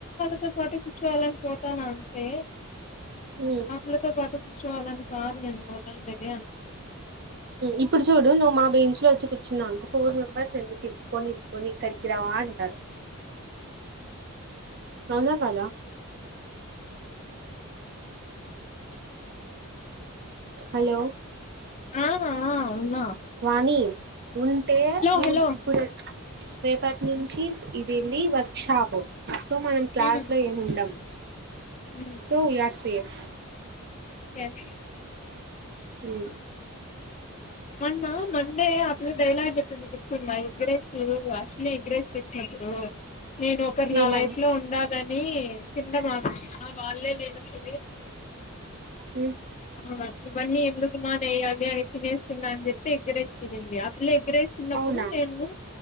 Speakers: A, on the left; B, on the right.
A: <inaudible> పాటికి కుచ్చోలేక పో తనా అంటే
B: ఉమ్
A: <unintelligible> పాటు చోలే <unintelligible> గట్టిగా అర్చు
B: ఇప్పుడు చూడు నువ్వు మా బెంచ్ లో వచ్చి కూర్చున్నానుకో ఫోర్ మెంబర్స్ ఎందుకు ఇర్కొని ఇర్కొని ఇక్కడికి రా అంటారు అవునా కాదా హలో
A: ఆవు ఆవు ఉన్న
B: వాణి ఉంటే
A: హలో
B: ఇప్పుడు రేపటి నుంచి ఇది ఏంది వర్క్ షాప్ సో మనం
A: ఉమ్
B: క్లాస్ లో ఏముండం
A: um
B: so we are safe
A: ఎస్
B: మ్మ్
A: అన్న మండే అట్లో డైలాగ్ చెప్పింది గుర్తుంద ఎగ్రేస్ అశ్విని ఎగ్రేస్ తెచ్చినప్పుడు నేను ఒకరు నా
B: ఏమని
A: లైఫ్ లో ఉండాల దాని <unintelligible> ఆ వాళ్లే లేద్ ఎటు
B: ఉమ్,
A: వాయిన్లో మరి ఆ ఈ బన్ని ఎందుకు మానేయాలి అయి తినేస్తున్నా అన్ చెప్పి ఎగ్ రైస్ తిన్నది అట్లే ఎగ్ రైస్ తిన్నపుడు
B: అవునా
A: నేను